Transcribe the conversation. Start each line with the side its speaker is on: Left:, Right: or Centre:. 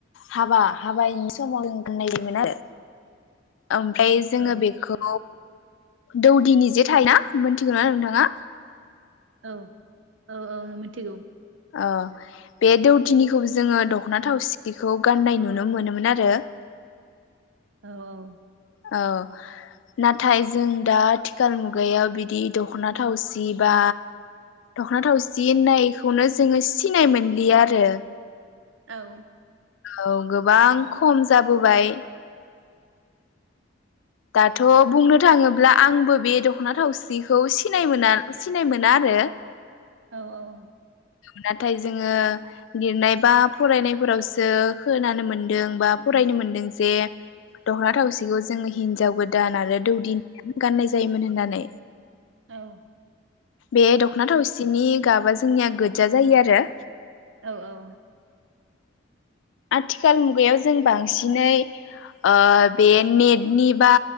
Left: हाबा हाबानि समाव जों गानायदोंमोन आरो। ओमफ्राय जोंङो
Right: औ
Left: बेखौ दौदिनि जे थायो ना मिथिगौना नोंथाङा?
Right: औ औ औ मिथिगौ।
Left: अ बे दौदिनिखौबो जोंङो दखना थावसिखौ गाननाय नुनो मोनोमोन आरो।
Right: औ औ
Left: औ नाथाय जों दा आथिखाल मुगायाव बिदि दखना थावसि बा दखना थावसि होननायखौनो जोंङो सिनाय मोनलिया आरो।
Right: औ
Left: औ गोबां खम जाबोबाय। दाथ' बुंनो थाङोब्ला आंबो बे दखना थावसिखौ सिनाय मोना सिनाय मोना आरो।
Right: औ औ
Left: नाथाय जोङो लिरनाय बा फरायनायफोरावसो खोनानो मोनदों बा फरायनो मोनदों जे दख'ना थावसिखौ जोङो हिन्जाव गोदान आरो दौदिनि गाननाय जायोमोन होननानै
Right: औ
Left: बे दख'ना थावसिनि गाबा जोंनिया गोजा जायो आरो।
Right: औ औ
Left: आथिखाल मुगायाव जों बांसिनै ओ बे नेट निबा